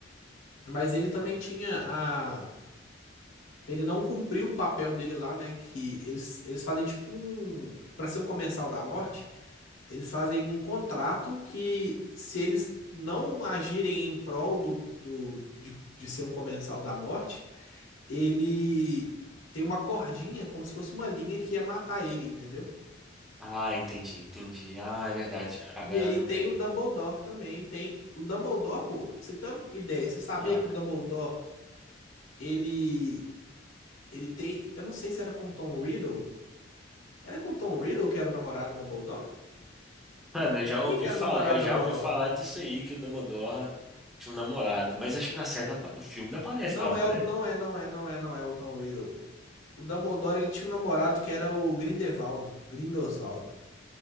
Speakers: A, on the left; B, in the centre.
A: Mas ele também
B: ah,
A: tinha a. Ele não cumpriu o papel dele lá, né? Que eles, eles fazem tipo um. Pra ser um comensal da morte, eles fazem um contrato que, se eles não agirem em prol do, do, de, de ser um comensal da morte, ele tem uma cordinha, como se fosse uma linha que ia matar ele, entendeu?
B: Ah, entendi, entendi. Ah, é verdade. Agora
A: E aí
B: eu lembrei.
A: tem o Dumbledore também, tem o Dumbledore, pô, pra você ter uma ideia, você sabia
B: Ah.
A: que o Dumbledore, ele ele tem, eu não sei se era com Tom Riddle, Era com o Tom Riddle que era o namorado do Dumbledore?
B: Mano, eu já ouvi
A: Quem que era
B: falar,
A: o namorado
B: eu já
A: do Dumbledore?
B: ouvi falar disso aí, que o Dumbledore tinha um namorado, mas acho que na série, não apa- no filme não aparece,
A: Não
B: não aparece?
A: é o, não é, não é, não é, não é o Tom Riddle. O Dumbledore, ele tinha um namorado que era o Grindelwaldo, Grindosvaldo.